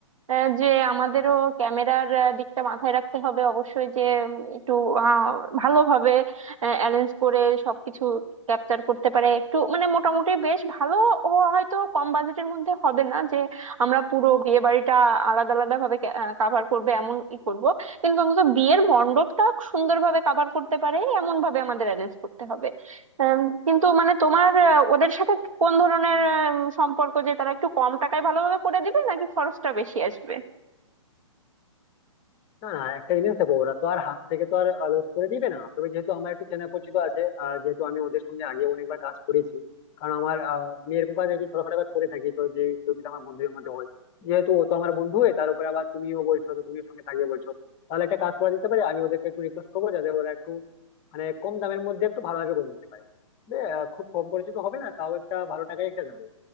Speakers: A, on the right; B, on the left.
A: আহ, যে আমাদেরও
B: হ্যাঁ
A: ক্যামেরার দিকটা মাথায় রাখতে হবে অবশ্যই যে উম, একটু আহ, ভালোভাবে অ্যারেঞ্জ করে সবকিছু ক্যাপচার করতে পারে একটু মানে মোটামুটি বেশ ভালো ও হয়তো কম বাজেটের মধ্যে হবে না যে আমরা পুরো বিয়ে বাড়িটা আলাদা আলাদা ভাবে কাভার করবে এমন ই করব কিন্তু অন্তত বিয়ের মণ্ডপটা সুন্দরভাবে কাভার করতে পারে এমন ভাবে আমাদের অ্যারেঞ্জ করতে হবে আম, কিন্তু মানে তোমার আহ, ওদের সাথে কোন ধরনের আম, সম্পর্ক যে তারা একটু কম টাকায় ভালোভাবে করে দিবে নাকি খরচটা বেশি আসবে
B: না না একটা জিনিস দেখো ওরা তো আর হাত থেকে তো আর লস করে দিবে না তবে যেহেতু আমার একটু চেনা পরিচিত আছে আর যেহেতু আমি ওদের সঙ্গে আগে অনেকবার কাজ করেছি কারণ আমার আহ, আমি এরকম কাজ একটু ছোটখাটো কাজ করে থাকি তো যে কেউ যদি আমার বন্ধুদের মধ্যে হয় যেহেতু ও তো আমার বন্ধু হয়ে তার উপরে আবার তুমিও বলছো তো তুমিও সঙ্গে থাকবে বলছো তাহলে একটা কাজ করা যেতে পারে আমি ওদেরকে একটু রিকোয়েস্ট করবো যাতে ওরা একটু মানে কম দামের মধ্যে একটু ভালোভাবে করে নিতে পারে যে, আহ, খুব কম খরচে তো হবে না তাও একটা ভালো টাকায় একটা যাবে